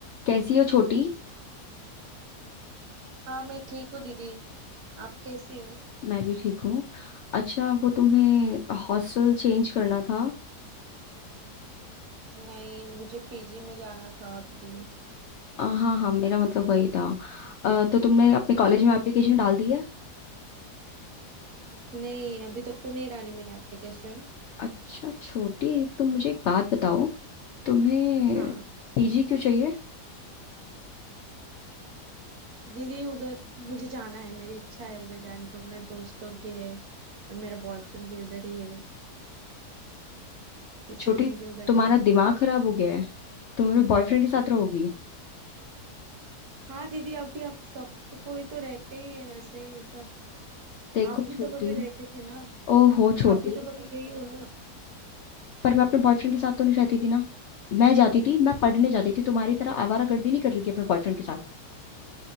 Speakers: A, on the left; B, on the right.
A: कैसी हो छोटी
B: हाँ मैं ठीक हूँ दीदी आप कैसी हो
A: मैं भी ठीक हूँ अच्छा वो तुम्हें हॉस्टल चेंज करना था
B: नहीं मुझे पीजी में जाना था दीदी
A: अ, हाँ हाँ मेरा मतलब वही था अ, तो तुमने अपने कॉलेज में एप्लीकेशन डाल दी है
B: नहीं अभी तक तो नहीं डाली मैंने एप्लीकेशन
A: अच्छा छोटी तुम मुझे एक बात बताओ तुम्हें
B: हाँ
A: पीजी क्यों चाहिए
B: दीदी उधर मुझे जाना है मेरी इच्छा है उधर जाने को मेरे दोस्त लोग भी है और मेरा बॉयफ्रेंड भी उधर ही है इसीलिए
A: छोटी
B: मुझे उधर
A: तुम्हारा
B: जाना है
A: दिमाग खराब हो गया है तुम अपने बॉयफ्रेंड के साथ रहोगी
B: हाँ दीदी अभी आप सब तो कोई तो रहते ही है वैसे ये सब
A: देखो
B: आप भी
A: छोटी
B: तो कभी रहते थे ना
A: ओहो छोटी
B: आप भी तो कभी गई हो
A: पर मैं अपने बॉयफ्रेंड के साथ तो नहीं रहती थी ना मैं जाती थी मैं पढ़ने जाती थी तुम्हारी तरह आवारागर्दी नहीं कर रही थी अपने बॉयफ्रेंड के साथ